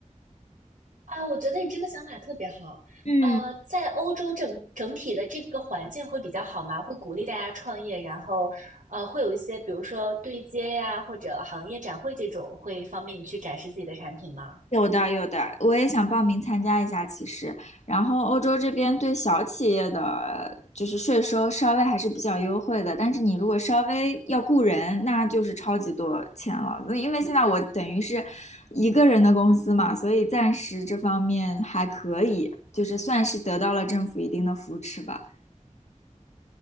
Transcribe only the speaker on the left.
嗯。
有的，有的，我也想报名参加一下。其实，然后欧洲这边对小企业的就是税收稍微还是比较优惠的，但是你如果稍微要雇人，那就是超级多钱了。那因为现在我等于是一个人的公司嘛，所以暂时这方面还可以，就是算是得到了政府一定的扶持吧。